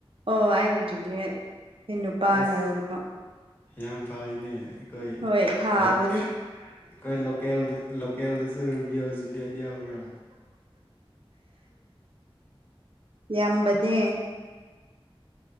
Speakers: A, on the right; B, on the left.
A: ꯑꯣ ꯑꯩꯅ ꯖꯅꯦ ꯑꯩ ꯅꯨꯄꯥ
B: ꯑꯁ
A: ꯅꯔꯣꯝꯅ
B: ꯌꯥꯝ ꯐꯩꯅꯦ ꯑꯩꯈꯣꯏ
A: ꯍꯣꯏ ꯐꯥꯕꯅꯦ
B: ꯑꯩꯈꯣꯏ ꯂꯀꯦꯜ ꯂꯦꯜ ꯗꯁꯨ ꯔꯃꯤꯌꯖꯂꯤꯌꯥ ꯗꯌꯥ ꯄꯨ
A: ꯌꯥꯝꯌꯥꯝꯕꯅꯦ